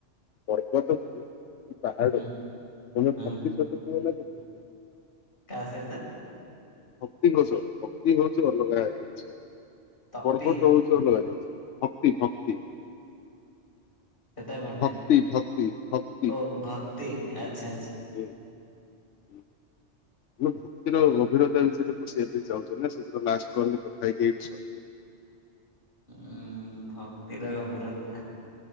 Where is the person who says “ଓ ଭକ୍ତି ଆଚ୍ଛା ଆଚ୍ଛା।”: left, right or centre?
Left